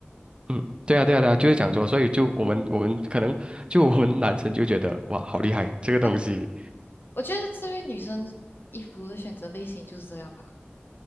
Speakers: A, on the right (about 25°); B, on the left (about 60°).
A: 嗯，对啊，对啊，对啊，就是讲说，
B: 嗯，
A: 所以就我们我们可能就我们男生就觉得哇，好厉害这个东西
B: 要我觉得至于女生衣服的选择类型就是这样吧，